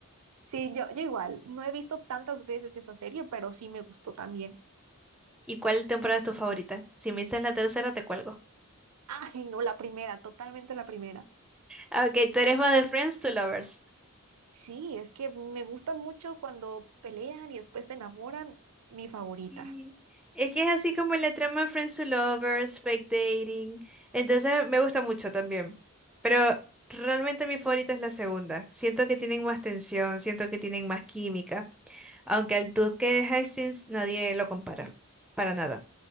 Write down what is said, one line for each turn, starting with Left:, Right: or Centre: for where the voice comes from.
Right: Sí, yo, yo igual, no he visto tantas veces esa serie, pero sí me gustó también.
Centre: ¿Y cuál temporada es tu favorita? Si me dices la tercera, te cuelgo.
Right: Ay, no, la primera, totalmente la primera.
Centre: Ah, Ok, tú eres más de Friends to Lovers.
Right: Sí, es que me gusta mucho cuando pelean y después se enamoran, mi favorita.
Centre: Sí. Es que es así como la trama de Friends to Lovers, fake dating. Entonces me gusta mucho también. Pero realmente mi favorita es la segunda. Siento que tienen más tensión, siento que tienen más química. Aunque el Duque de Hastings nadie lo compara. Para nada.